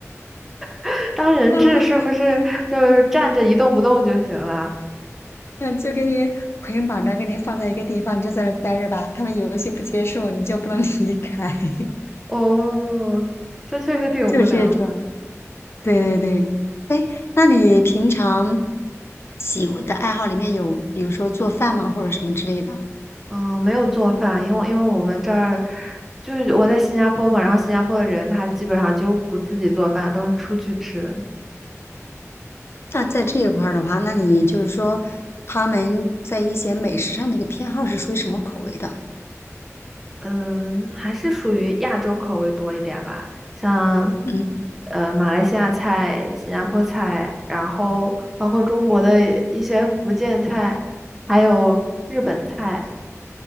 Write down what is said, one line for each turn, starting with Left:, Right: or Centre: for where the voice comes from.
Centre: <laughs> 当人质是不是就是站着一动不动就行了？
Left: <laughs> 然后嗯，就给你捆绑着，给你放在一个地方，你就在那儿待着吧。他们有一些不接受，你就不能离开，<laughs>
Centre: 哦，这确实挺无聊的。
Left: 就这种。对对对，那你平常喜欢的爱好里面有，比如说做饭吗，或者什么之类的？
Centre: 嗯，没有做饭，因为因为我们这儿就是我在新加坡嘛，然后新加坡的人他基本上就不自己做饭，都是出去吃。
Left: 那在这一块儿的话，那你就是说他们在一些美食上的一个偏好是属于什么口味的？
Centre: 嗯，还是属于亚洲口味多一点吧，像
Left: 嗯
Centre: 呃马来西亚菜、新加坡菜，然后包括中国的一些福建菜，还有日本菜，